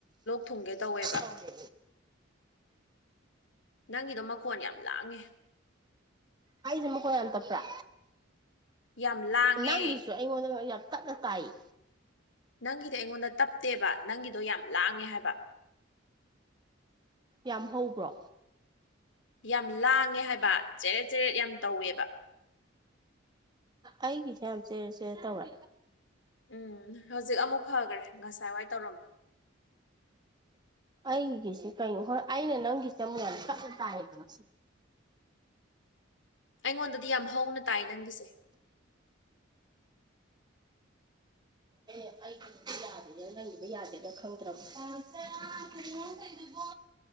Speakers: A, on the left; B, on the right.
A: ꯊꯨꯡꯒꯦ ꯇꯧꯋꯦꯕ
B: ꯇꯧꯔꯦ
A: ꯅꯪꯒꯤꯗꯣ ꯃꯈꯣꯟ ꯌꯥꯝ ꯂꯥꯡꯉꯦ
B: ꯑꯩꯗꯤ ꯃꯈꯣꯟꯏ ꯌꯥꯝ ꯇꯄ꯭ꯔꯥ
A: ꯌꯥꯝ ꯂꯥꯡꯉꯦ
B: ꯅꯪꯒꯤꯁꯨ ꯑꯩꯉꯣꯟꯗ ꯌꯥ ꯇꯛꯅ ꯇꯥꯏꯌꯦ
A: ꯅꯪꯒꯤꯗꯤ ꯑꯩꯉꯣꯟꯗ ꯇꯞꯇꯦꯕ ꯅꯪꯒꯤꯗꯣ ꯌꯥꯝ ꯂꯥꯡꯉꯦ ꯍꯥꯏꯕ
B: ꯌꯥꯝ ꯍꯧꯕ꯭ꯔꯣ
A: ꯌꯥꯝ ꯂꯥꯡꯉꯦ ꯍꯥꯏꯕ ꯆꯦꯔꯦꯠ ꯆꯦꯔꯦꯠ ꯌꯥꯝ ꯇꯧꯋꯦꯕ
B: ꯑꯩꯒꯤ ꯁ ꯌꯥꯝ ꯆꯦꯔꯦꯐꯦꯔꯦ ꯇꯧꯋꯦ
A: ꯎꯝ ꯍꯧꯖꯤꯛ ꯑꯃꯨꯛ ꯐꯈ꯭ꯔꯦ ꯉꯁꯥꯏ ꯋꯥꯏ ꯇꯧꯔꯝꯃꯤ
B: ꯑꯩꯒꯤꯁꯦ ꯀꯩꯅꯣ ꯍꯣꯏ ꯑꯩꯅ ꯅꯪꯒꯤꯁꯦ ꯑꯃꯨꯛ ꯌꯥꯝ ꯇꯞ ꯇꯥꯏꯌꯦꯕ ꯉꯁꯤꯗꯤ
A: ꯑꯩꯉꯣꯟꯗꯗꯤ ꯌꯥꯝ ꯍꯧꯅ ꯇꯥꯏ ꯅꯪꯒꯤꯁꯦ
B: ꯑꯦ ꯑꯩꯒꯤꯗꯤ ꯌꯥꯗꯦꯗ ꯅꯪꯒꯤꯗꯤ ꯌꯥꯗꯦꯗ ꯈꯪꯗ꯭ꯔꯕ ꯟꯥꯝꯆꯥ ꯀꯩꯅꯣ ꯅꯪ ꯇꯧꯢꯗꯨꯕꯣ